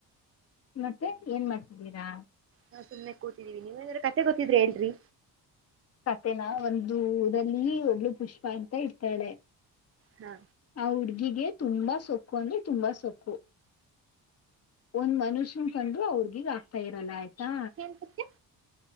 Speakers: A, on the left; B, on the right.
A: ಮತ್ತೆ ಏನ್ ಮಾಡ್ತಿದ್ದೀರಾ
B: ನಾವು ಸುಮ್ನೆ ಕುಂತಿದ್ದೇವೆ ನಿಮಗೆ ಏನಾದರೂ ಕಥೆ ಗೊತ್ತಿದ್ರೆ ಹೇಳ್ರಿ
A: ಕತೆನ ಒಂದುರಲ್ಲಿ ಒಬ್ಬಳು ಪುಷ್ಪ ಅಂತ ಇಡ್ತಾಳೆ
B: ಹಾ
A: ಆ ಹುಡ್ಗಿಗೆ ತುಂಬಾ ಸೊಕ್ಕು ಅಂದ್ರೆ ತುಂಬಾ ಸೊಕ್ಕು ಒಂದ್ ಮನುಷ್ಯನ ಕಂಡು ಅವ್ರಗೆ ಆಗ್ತಾ ಇರಲ್ಲ ಆಯ್ತಾ
B: ಏನ್ ಕಥೆ